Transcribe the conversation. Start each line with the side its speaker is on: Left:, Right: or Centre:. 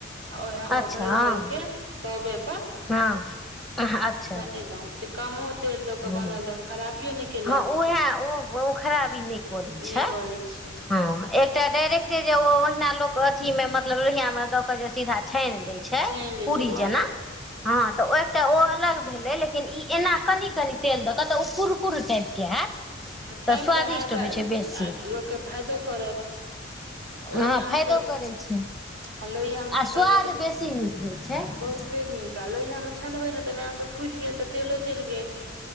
Right: आ ओहि मे
Centre: अच्छा
Right: भरि
Centre: हँ
Right: भरि के तवे पर
Centre: हँ अच्छा
Right: बनेलहुॅं। से कमो तेल द के
Centre: हँ
Right: बनल त खराबियो नहि केलक।
Centre: हँ उएह ओ खराबी नहि करै छै।
Right: नहि करै छै
Centre: ह एकटा डायरेक्टे जे ओ ओहिना लोक अथी मे मतलब लोहिया मे द के जे सीधा छानि देय छै।
Right: छानि लै
Centre: पूरी
Right: छै ओ अहाँके
Centre: जेना हँ तऽ ओहि। तऽ ओ अलग भेलै लेकिन ई एना कनि -कनि तेल दऽ कऽ तऽ ओ कुरकुर टाइपके हैत।
Right: टाइपके
Centre: तऽ स्वादिष्ट
Right: हैत आ
Centre: होइ छै बेसी
Right: लोकके फायदो करत। ओहिमे
Centre: हँ
Right: अहाँके।
Centre: फायदो करै छै
Right: ह लोहियामे
Centre: आ
Right: की
Centre: स्वाद
Right: करबै तऽ
Centre: बेसी नीक होइ छै
Right: बहुत। कते न आ लोहिया मे छनबेै ने तऽ अहाँके फूटि गेल तऽ तेलो चलि गेल।